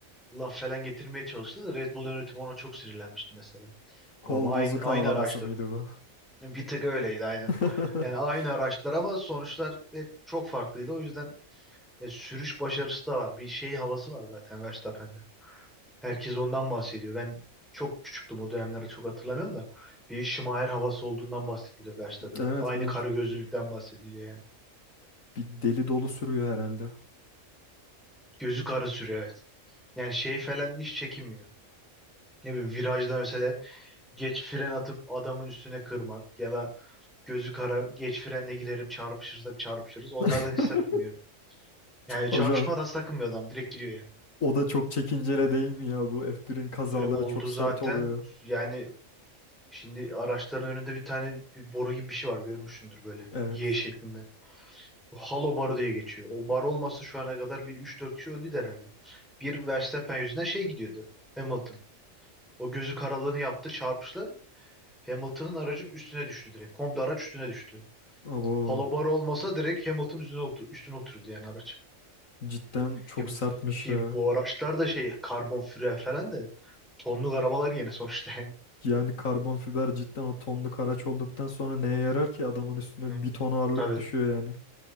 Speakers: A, in the centre; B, on the left.
A: laf falan getirmeye çalıştı da Red Bull yönetimi ona çok sinirlenmişti mesela.
B: Kol
A: Normal aynı
B: bozuk
A: aynı
B: ağlaması
A: araçtı.
B: mıydı bu?
A: Bir tık öyleydi aynen.
B: <laughs>
A: Yani aynı araçlar ama sonuçlar hep çok farklıydı. O yüzden ya sürüş başarısı da var. Bir şey havası var zaten Verstappen'de. Herkes ondan bahsediyor. Ben çok küçüktüm o dönemleri çok hatırlamıyorum da. Bir Schumacher havası olduğundan bahsediliyor Verstappen'in.
B: Evet
A: Aynı
B: evet.
A: karı gözlülükten bahsediliyor yani.
B: Bir deli dolu sürüyor herhalde.
A: Gözü kara sürüyor evet. Yani şey falan hiç çekinmiyor. Ne bileyim virajda mesela geç fren atıp adamın üstüne kırmak ya da Gözü kara, geç frenle girerim, çarpışırsak çarpışırız. Onlardan
B: <laughs>
A: hiç sakınmıyor. Yani çarpışmadan
B: Hocam
A: sakınmıyor adam, direkt giriyor yani.
B: o da çok çekincele değil mi ya? Bu F1'in kazaları
A: E, oldu
B: çok
A: zaten.
B: sert oluyor.
A: Yani şimdi araçların önünde bir tane bir boru gibi bir şey var, görmüşsündür böyle.
B: Evet.
A: Y şeklinde. O Halo barı diye geçiyor. O bar olmasa şu ana kadar bir üç dört kişi öldü herhalde. Bir Verstappen yüzünden şey gidiyordu. Hamilton. O gözü karalığını yaptı, Çarpışlar. Hamilton'ın aracın üstüne düştü direkt. Komple araç üstüne düştü.
B: Abo
A: Halo barı olmasa direkt Hamilton üstüne, otur üstüne otururdu yani araç.
B: cidden çok
A: Ki,
B: sertmiş
A: ki
B: ya.
A: bu araçlar da şey karbon füre falan da tonluk arabalar gene sonuçta yani.
B: Yani karbon fiber cidden o tonluk araç olduktan sonra neye yarar ki adamın üstüne
A: Hmm,
B: bir ton ağırlık
A: Tabii
B: düşüyor yani.